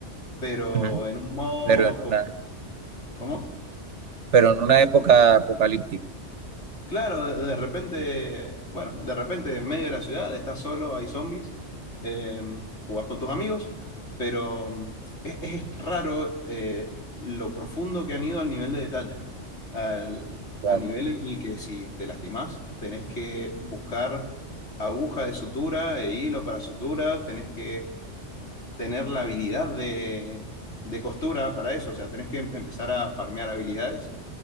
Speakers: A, on the left; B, on the right.
A: pero
B: Ujú.
A: en un modo...
B: Pero en una,
A: co- ¿Cómo?
B: pero en una época apocalíptica.
A: Claro, de, de repente, bueno, de repente en medio de la ciudad estás solo, hay zombies, eh, jugás con tus amigos, pero mm, es, es raro eh, lo profundo que han ido al nivel de detalle, al,
B: Claro,
A: al nivel en el que si te lastimás, tenés que buscar aguja de sutura e hilo para sutura, tenés que tener la habilidad de, de costura para eso, o sea, tenés que empezar a farmear habilidades